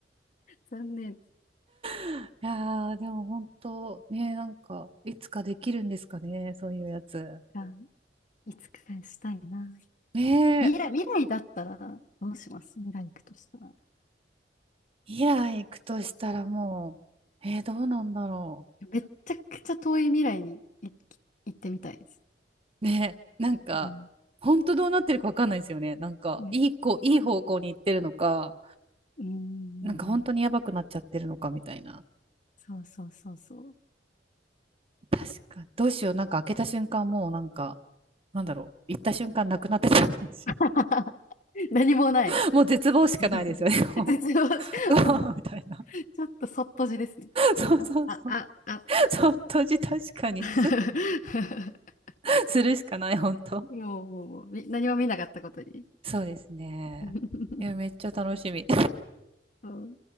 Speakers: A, on the left; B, on the right.
A: 残念
B: <laughs> いやー、でも本当、ね、なんか、いつかできるんですかね、そういうやつ。
A: か。いつかしたいな。
B: ねえ、
A: 未来、未来だったらどうします未来行くとしたら。
B: イラ行くとしたらもう、えー、どうなんだろ
A: めっちゃくちゃ遠い未来に行き行ってみたいです。
B: う。ねえ、なんか、
A: うん。
B: 本当どうなってるかわかんないですよね。なんか、
A: うんそう
B: いい子、いい方向に行ってるのか、
A: うんうんう
B: なんか本当にやばくなっちゃってるのかみたいな。
A: んそうそうそうそう。
B: 確かに。どうしよう、なんか開けた瞬間もうなんか、なんだろう、行った瞬間なくなってたかもしれな
A: <laughs> 何もない。
B: い。<laughs> もう絶望しかないですよね。
A: <laughs> 絶望し、
B: もううわみたいな。
A: もうちょっとそっとじですね。
B: そうそうそう。
A: あ、あ、あ、あって。
B: ちょっとじ確かに、
A: <laughs>
B: す <laughs> するしかない、本当。
A: もう、もう、もうみ何も見なかったことに。
B: そうですね。
A: <laughs>
B: いや、めっちゃ楽しみ。
A: そう